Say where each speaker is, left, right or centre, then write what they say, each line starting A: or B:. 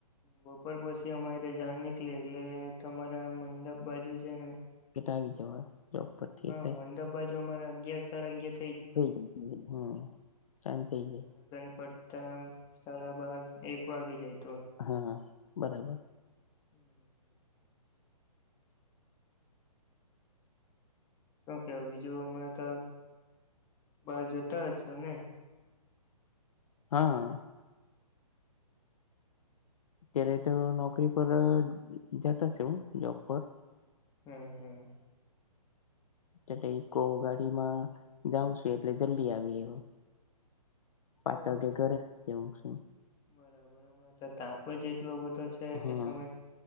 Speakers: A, on the left (about 20°); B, on the left (about 60°).
A: હ બપોર પછી અમારે જણ નીકળ એટલે તમારા મંડપ બાજુ છે ને
B: કેટાવી જવા જોબ પરથી
A: હા
B: એટલે
A: મંડપ બાજુ અમારે અગિયાર સાડા અગિયાર
B: થઈ જાય હ શાંતી થઈ જાય
A: દનપટતા સાડા બાર એક વાગે જાય.
B: હા બરાબર.
A: <inaudible> શુ કેવુ બીજું હમણાં તો બાર જતા હ છો ન
B: હા. ક્યારે તો નોકરી પર જતા છે હું જોબ પર.
A: હમ હમ
B: એલે એક ગાડીમાં જાઉં છું એટલે જલ્દી આવી રહું પાંચ
A: હ
B: વાગ્યા ઘરે હું શું.
A: બરાબર તો તાપ જ એટલો બધો છે
B: હા
A: કે તમે